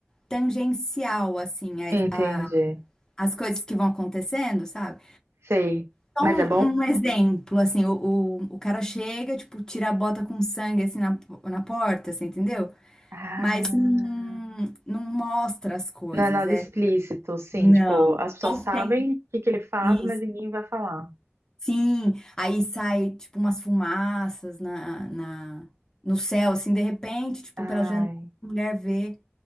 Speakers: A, on the left; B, on the right.
A: tangencial, assim,
B: entendi.
A: a- a- as coisas que vão acontecendo, sabe?
B: Sei.
A: Então,
B: Mas
A: um
B: é bom?
A: um exemplo, assim, o, o, o cara chega, tipo, tira a bota com sangue, assim, na, na porta, assim, entendeu?
B: Ah,
A: Mas não, não mostra as coisas,
B: não é nada
A: é...
B: explícito, sim.
A: Não.
B: Tipo, as pessoas
A: Ou
B: sabem
A: tem...
B: o que que ele faz,
A: isso.
B: mas ninguém vai falar.
A: Sim, aí sai tipo umas fumaças na, na no céu, assim, de repente, tipo,
B: Ai,
A: pela janela, a mulher vê.